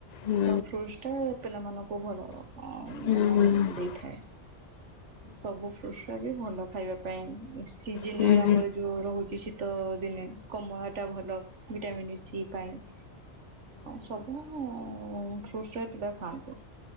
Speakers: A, on the left; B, on the right.
A: ହୁଁ ହୁଁ ହୁଁ
B: ତ ଫ୍ରୁସ୍‌ଟା ପିଲାମାନଙ୍କୁ ଭଲ। ଦେଇଥାଏ,
A: ହୁଁ ହୁଁ ହୁଁ ହୁଁ ହୁଁ ହୁଁ
B: ସବୁ ଫ୍ରୁସ୍‌ଟା ବି ଭଲ ଖାଇବା ପାଇଁ। ସିଜିନ୍‌ରେ
A: ହୁଁ ହୁଁ
B: ଆମର ଯଉ ରହୁଚି, ଶୀତ ଦିନେ କମଳା ଟା ଭଲ। ଭିଟାମିନି ସି ପାଇଁ। ଫ୍ରୁଟ୍ସ୍ ପିଲା ଖାନ୍ତୁ।